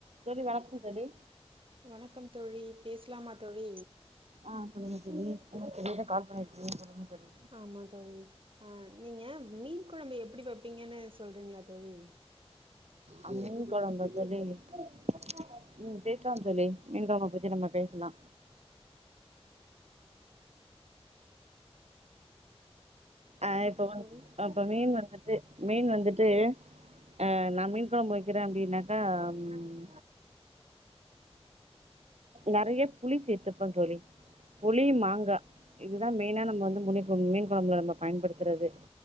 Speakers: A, on the right; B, on the right.
A: தோழி வணக்கம் தோழி
B: வணக்கம் தோழி பேசலாமா தோழி
A: அ சொல்லுங்க தோழி என்ன திடிருனு கால் பண்ணிருக்கீங்க சொல்லுங்க தோழி
B: ஆமா தோழி அ நீங்க மீன் கொழம்பு எப்பிடி வெப்பீங்கன்னு சொல்றீங்களா தோழி
A: அ மீன் குழம்பல்ல ம் பேசலாம் தோழி மீன் கொழம்பு பத்தி நம்ம பேசலா அ இப்போ வ
B: தோழி
A: அப்ப மீன் வந்துட்டு மீன் வந்துட்டு அ நா மீன் கொழம்பு வெக்கிற அப்டின்னாக்கா ம் நெரைய புளி சேத்துப்ப தோழி புளி மாங்கா இதுதா மெய்னா நம்ம வந்து மீன் குழம்புள நம்ம பயன்படுத்துறது